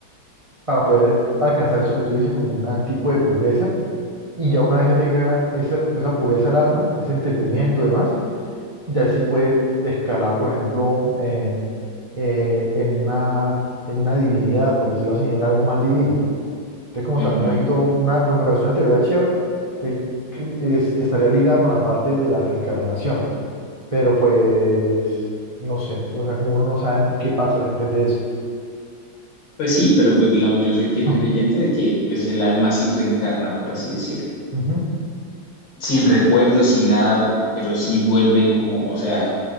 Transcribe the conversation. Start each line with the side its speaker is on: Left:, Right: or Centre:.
Right: para poder alcanzar eso que tú dices como un tipo de pureza. Y ya una vez ya tenga esa, esa pureza al alma, ese entendimiento y demás, ya sí puede escalar, por ejemplo, en, eh, en una, en una divinidad, por decirlo así, en algo más divino. Entonces, como
Left: ujú.
Right: también aquí todo una, pues me pareció una teoría chévere, eh, que es- estaría ligada con la parte de la reencarnación, pero pues, no sé, o sea, como uno no sabe qué pasa después de eso.
Left: Pues sí, pero pues digamos, yo soy fiel
Right: <laughs>
Left: creyente de que pues el alma sí reencarna, por así decirlo,
Right: Hmm. Ujú.
Left: sin recuerdos, sin nada, pero sí vuelve como, o sea,